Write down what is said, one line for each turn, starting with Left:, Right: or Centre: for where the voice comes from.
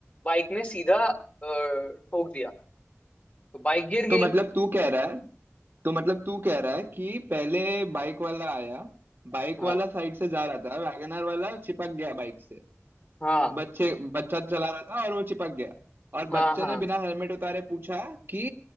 Left: बाइक में सीधा अ, ठोक दिया तो बाइक गिर
Right: तो
Left: गई
Right: मतलब तू कह रहा है तो मतलब तू कह रहा है कि पहले बाइक वाला आया बाइक
Left: हाँ
Right: वाला साइड से जा रहा था वैगनर वाला चिपक गया बाइक से
Left: हाँ
Right: बच्चे बच्चा चला रहा था और वो चिपक गया और
Left: हाँ
Right: बच्चे
Left: हाँ
Right: ने बिना हेलमेट उतारे पूछा कि